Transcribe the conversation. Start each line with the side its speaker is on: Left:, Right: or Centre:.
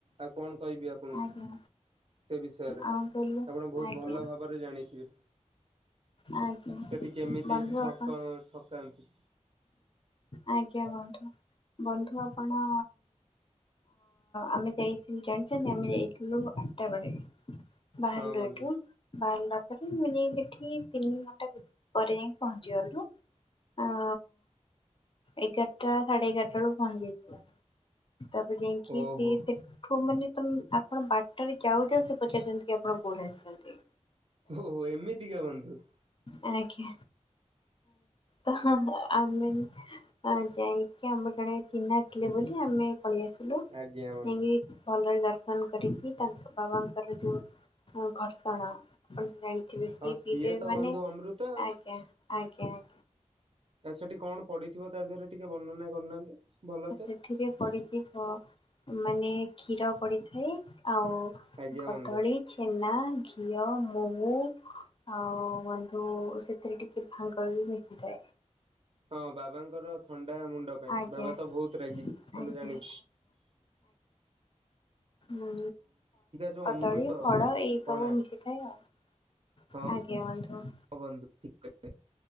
Right: ଆଉ କଣ କହିବି ଆଣ ଆପଣ
Left: ଆଜ୍ଞା
Right: ସେ ବିଷୟରେ
Left: ଆଉ କହିଲୁ
Right: ଆପଣ ବହୁତ
Left: ଆଜ୍ଞା
Right: ଭଲ ଭାବରେ ଜାଣି ଠିକ
Left: ଆଜ୍ଞା
Right: ସେଠି କେମିତି
Left: ବନ୍ଧୁ
Right: ଠକ
Left: ଆପଣ
Right: ଠକାନ୍ତି
Left: ଆଜ୍ଞା ବନ୍ଧୁ ବନ୍ଧୁ ଆପଣ ଆମେ ଯାଇଥିଲୁ ଜାଣିଛନ୍ତି ଆମେ ଯାଇଥିଲୁ ଆଠଟା ବେଳେ ବୟଲ
Right: ହଁ ବନ୍ଧୁ
Left: ଏଠୁ ବ ମୁଁ ଯାଇ ସେଠି ତିନି ଘଣ୍ଟା ପରେ ଯାଇ ପହଞ୍ଚି ଗଲୁ ଆ ହ ଏଗାରଟା ସାଢ଼େ ଏଗାରଟାଳ ପହଞ୍ଚ ଯାଇଛି ତାପ ଯାଇକି
Right: ଓହୋ
Left: ସେ ସେଠୁ ମାନେ ତମ ଆପଣ ବାଟରେ ଯାଉଛ ସେ ପଚାରିଛନ୍ତି କି ଆପଣ କୋଉଠି ଆସିଛନ୍ତି
Right: ଓହୋ ଏମିତିକା ବନ୍ତୁ
Left: ଆକି ଆ ତ ଆମେ ଯାଇକି ଆମର ଜଣେ ଚିହ୍ନା ଥିଲେ ବୋଲି ଆମେ ପଳେଇ ଆସିଲୁ
Right: ଆଜ୍ଞା ବନ୍ଧୁ।
Left: ନେଇକି ଭଲରେ ଦର ଦର୍ନ କରିକି ତାଙ୍କ ବାବାଙ୍କର ଯୋଉ ଘର୍ଷଣ ଆପଣ ଜାଣି ଠ ବେଶି
Right: ହଁ ସିଏ
Left: ପିଇଦେବେ
Right: ତ
Left: ମାନେ
Right: ବନ୍ଧୁ ଅମୃତ
Left: ଆଜ୍ଞା ଆଜ୍ଞା ଆଜ୍ଞା
Right: ତା ସେଠି କଣ ପଡିଥିବ ତା ଦେହରେ ଟିକେ ବର୍ଣନା କରୁନାହାନ୍ତି ଭଲସେ
Left: ସେଠିରେ ପଢିଛି ତ ମାନେ କ୍ଷୀର ପଡିଥାଏ ଆଉ
Right: ଆଜ୍ଞା
Left: କଦଳୀ
Right: ବନ୍ଧୁ
Left: ଛେନା ଘିଅ ମହୁ ଆଉ ବନ୍ଧୁ ସେଥିରେ ଟିକେ ଭାଙ୍ଗ ବି ମି ହୋଇଯାଏ
Right: ହଁ ବାବାଙ୍କର ଥଣ୍ଡା ା ମୁଣ୍ଡ ପାଇଁ
Left: ଆଜ୍ଞା
Right: ବାବା ତ ବହୁତ ରାଗି ତମେ
Left: ଆଜ୍ଞା
Right: ଜାଣି
Left: ହୁଁ
Right: ଯୋଉ
Left: କଦଳୀ
Right: ଅମୃତ
Left: ଫଳ ଏଇ
Right: ପଣା
Left: ସବୁ ମିଶିଥାଏ ଆଉ
Right: ହଁ
Left: ଆଜ୍ଞା ବନ୍ଧୁ
Right: ବନ୍ଧୁ ଠିକ କହିଲେ